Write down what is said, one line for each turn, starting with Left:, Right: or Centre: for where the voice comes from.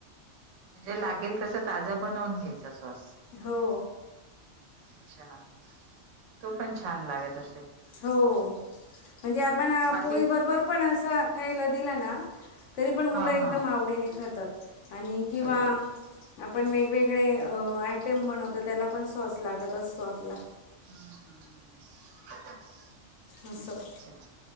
Right: म्हणजे लागेल तसं ताजं बनवून घ्यायचा सॉस.
Left: हो.
Right: अच्छा तो पण छान लागत असेल?
Left: हो म्हणजे आपण
Right: बाकी
Left: पोळी बरोबर पण असं खायला दिला ना. तरी पण मुलं
Right: हा
Left: एकदम
Right: हा
Left: आवडीने खातात आणि किंवा
Right: बरोबर
Left: आपण वेगवेगळे आयटम बनवतो त्याला पण सॉस लागत असतो आपला.
Right: हम्म - हम्म- हम्म.
Left: असं.
Right: अच्छा.